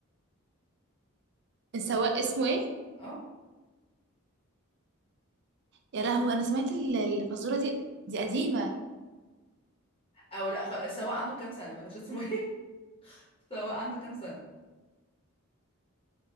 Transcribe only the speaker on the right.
السواق اسمه ايه
يا لهوي انا سمعت ال- الفزوره دي دي قديمه